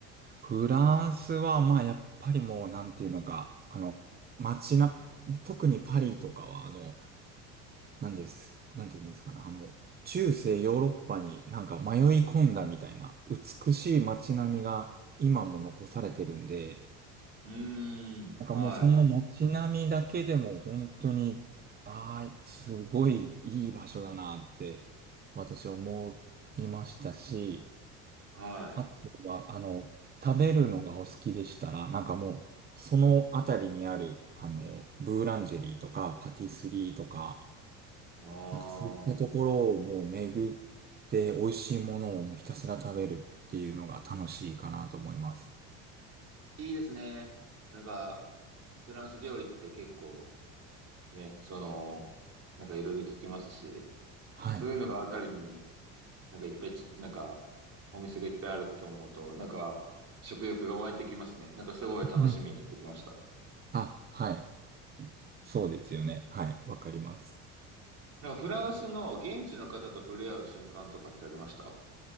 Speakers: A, on the right; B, on the right.
A: フランスは、まあ、やっぱりもう、なんていうのか、あの、街な、特にパリとかは、あの、なんです、なんていうんですかね、あの、中世ヨーロッパになんか迷い込んだみたいな、美しい街並みが今も残されてるんで、
B: うーん、はい、
A: なんかもうその街並みだけでも本当に、ああ、すごいいい場所だなって私思いましたし、
B: はい。
A: あとは、あの、食べるのがお好きでしたら、なんかもう、そのあたりにある、あの、ブーランジェリーとかパティスリーとか、
B: あ
A: なんかそういったところをもう巡って美味しいものをもうひたすら食べるっていうのが楽しいかなと思います。
B: あ。いいですね。なんか、フランス料理って結構ね、その、なんかいろいろ聞きますし、
A: はい。
B: そういうのがあたりになんかいっぱいち、なんかお店がいっぱいあると思うと、なんか食欲が湧いてきますね。なんかすごい楽しみになってきました。
A: うんあ、はい。そうですよね。はい。わかります。
B: なんかフランスの現地の方と触れ合う瞬間とかってありました